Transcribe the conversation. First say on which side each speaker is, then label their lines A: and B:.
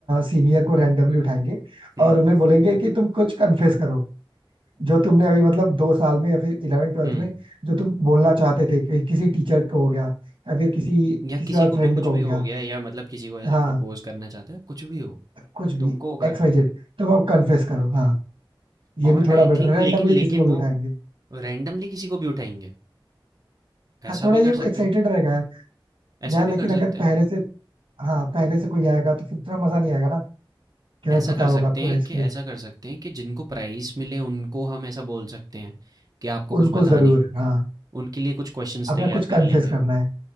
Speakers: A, on the right; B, on the right.
A: सीनियर को रैंडमली उठाएंगे
B: हम्म
A: और उन्हें बोलेंगे कि तुम कुछ कन्फेस करो जो तुमने अभी मतलब दो साल में या फिर इलेवेंथ ट्वेल्थ
B: हम्म
A: में जो तुम बोलना चाहते थे कि किसी टीचर को हो गया या फिर किसी
B: या
A: किसी
B: किसी
A: और
B: को
A: फ्रेंड
B: भी कुछ
A: को हो
B: भी
A: गया
B: हो गया या मतलब किसी को ऐसे
A: हाँ
B: प्रपोज करना चाहता है कुछ भी हो
A: कुछ भी
B: तुमको करना
A: एक्स वाई जेड
B: है
A: तुम अब कन्फेस करो हाँ
B: और
A: ये भी थोड़ा
B: आई
A: बेटर
B: थिंक
A: है रैंडमली
B: लेकिन
A: किसी
B: लेकिन
A: को भी
B: वो
A: उठाएंगे
B: रैंडमली किसी को भी उठाएंगे
A: हाँ
B: ऐसा
A: थोड़ा
B: भी
A: ये
B: कर सकते
A: एक्साइटेड
B: हैं
A: रहेगा यार
B: ऐसा
A: यार
B: भी
A: लेकिन
B: कर सकते
A: अगर
B: हैं।
A: पहले से हाँ पहले से कोई आएगा तो फिर उतना मजा नहीं आएगा ना कि हमें
B: ऐसा
A: पता
B: कर
A: होगा
B: सकते
A: पूरा
B: हैं
A: स्क्रिप्ट
B: कि ऐसा कर सकते हैं कि जिनको प्राइज़ मिले उनको हम ऐसा बोल सकते हैं कि आपको कुछ
A: उनको
B: बताना
A: जरूर
B: है।
A: हाँ
B: उनके लिए कुछ क्वेश्चंस
A: अपना
B: तैयार
A: कुछ
B: कर
A: कन्फेस
B: लेंगे।
A: करना है